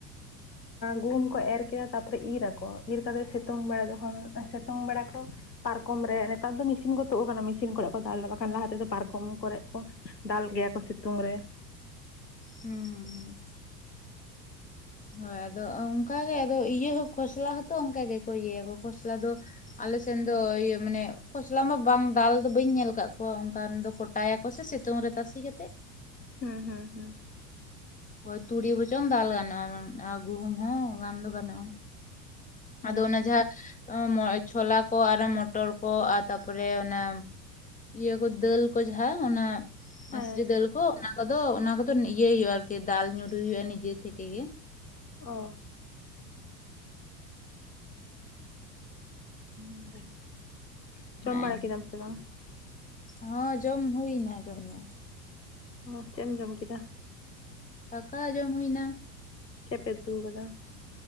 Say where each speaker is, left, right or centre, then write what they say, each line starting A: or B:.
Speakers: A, on the left; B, on the left.
A: ᱜᱩᱦᱩᱢ ᱠᱚ ᱮᱨ ᱠᱮᱫᱟ᱾ ᱛᱟᱨᱯᱚᱨᱮ ᱤᱨ ᱟᱠᱚ ᱤᱨ ᱠᱟᱛᱮᱫ ᱥᱤᱛᱩᱝ ᱵᱮᱲᱟ ᱡᱚᱠᱷᱚᱱ ᱥᱤᱛᱩᱝ ᱵᱮᱲᱟ ᱠᱚ ᱯᱟᱨᱠᱚᱢ ᱨᱮ ᱱᱮᱛᱟᱨ ᱫᱚ ᱢᱮᱥᱤᱱ ᱠᱚ ᱛᱩᱫ ᱟᱠᱟᱱᱟ᱾ ᱢᱮᱥᱤᱱ ᱠᱚᱨᱮ ᱠᱚ ᱫᱟᱞ ᱞᱮᱫᱟ, ᱵᱟᱠᱷᱟᱱ ᱞᱟᱦᱟ ᱛᱮᱫᱚ ᱯᱟᱨᱠᱚᱢ ᱠᱚᱨᱮ ᱠᱚ ᱫᱟᱞ ᱜᱮᱭᱟ ᱠᱚ ᱥᱤᱛᱩᱝ ᱨᱮ᱾
B: ᱦᱩᱸ ᱦᱩᱸ ᱦᱩᱸ᱾ ᱦᱳᱭ ᱟᱫᱚ ᱚᱝᱠᱟᱜ ᱜᱮ ᱟᱫᱚ ᱤᱭᱟᱹ ᱦᱚᱸ ᱠᱷᱚᱥᱞᱟ ᱦᱚᱛᱚ ᱚᱱᱠᱟ ᱜᱮᱠᱚ ᱤᱭᱟᱹᱭᱟᱠᱚ, ᱠᱷᱚᱥᱞᱟ ᱫᱚ ᱟᱞᱮᱥᱮᱱ ᱫᱚ ᱤᱭᱟᱹ ᱢᱟᱱᱮ ᱠᱷᱚᱥᱞᱟ ᱢᱟ ᱵᱟᱝ ᱫᱟᱞ ᱫᱚ ᱵᱟᱹᱧ ᱧᱮᱞ ᱠᱟᱜ ᱠᱚᱣᱟ ᱚᱱᱠᱟᱱ ᱫᱚ ᱠᱟᱭᱟ ᱠᱚ ᱥᱮ ᱥᱤᱛᱩᱝ ᱨᱮ ᱛᱟᱥᱤ ᱠᱟᱛᱮᱫ
A: ᱦᱩᱸ ᱦᱩᱸ ᱦᱩᱸ᱾
B: ᱦᱳᱭ ᱛᱩᱲᱤ ᱵᱚᱪᱚᱝ ᱫᱟᱞ ᱜᱟᱱᱚᱜᱼᱟ ᱟᱨ ᱜᱩᱦᱩᱢ ᱦᱚᱸ ᱜᱟᱱ ᱫᱚ ᱜᱟᱱᱚᱜᱼᱟ᱾
A: ᱦᱮᱸ
B: ᱟᱫᱚ ᱚᱱᱟ ᱡᱟᱦᱟᱸ ᱢᱚ ᱪᱷᱳᱞᱟ ᱠᱚ ᱟᱨ ᱢᱚᱴᱚᱨ ᱠᱚ ᱛᱟᱨᱯᱚᱨᱮ ᱚᱱᱟ ᱤᱭᱟᱹ ᱠᱚ ᱫᱟᱹᱞ ᱠᱚ ᱡᱟᱦᱟᱸ ᱚᱱᱟ
A: ᱦᱮᱸ
B: ᱢᱟᱥᱨᱤ ᱫᱟᱹᱞ ᱠᱚ ᱚᱱᱟ ᱠᱚᱫᱚ ᱚᱱᱟ ᱠᱚᱫᱚ ᱤᱭᱟᱹ ᱦᱩᱭᱩᱜᱼᱟ ᱟᱨᱠᱤ ᱫᱟᱞ ᱧᱩᱨᱦᱩᱭ ᱦᱩᱭᱩᱜᱼᱟ ᱱᱤᱡᱮ ᱛᱷᱮᱠᱮ ᱜᱮ᱾
A: ᱚ᱾ ᱦᱩᱸ ᱞᱮᱭᱢᱮ ᱡᱚᱢ
B: ᱦᱮᱸ
A: ᱵᱟᱲᱟ ᱠᱮᱫᱟᱢ ᱥᱮ ᱵᱟᱝ?
B: ᱦᱚᱸ ᱡᱚᱢ ᱦᱩᱭᱱᱟ ᱡᱚᱢ ᱫᱚ᱾
A: ᱚ ᱪᱮᱫ ᱮᱢ ᱡᱚᱢ ᱠᱮᱫᱟ?
B: ᱫᱟᱠᱟ ᱡᱚᱢ ᱦᱩᱭᱱᱟ᱾
A: ᱪᱮᱫᱯᱮ ᱩᱛᱩ ᱠᱟᱫᱟ?